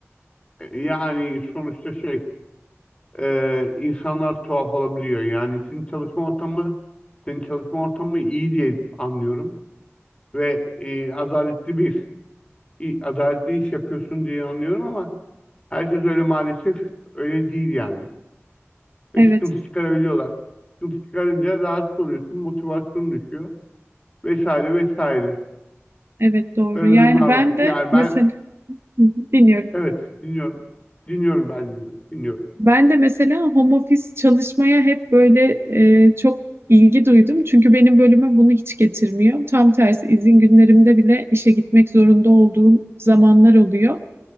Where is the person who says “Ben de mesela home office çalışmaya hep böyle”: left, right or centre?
Right